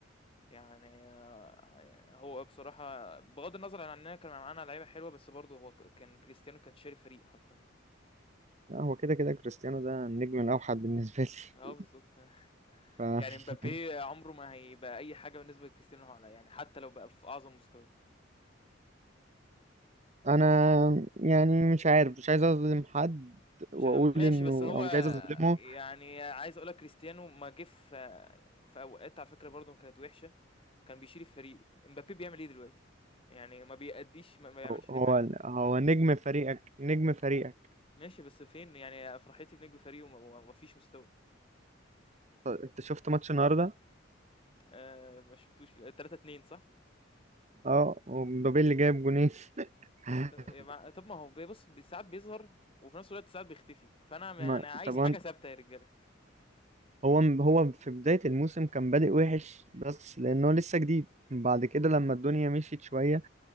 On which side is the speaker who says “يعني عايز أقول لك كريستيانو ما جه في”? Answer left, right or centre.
Left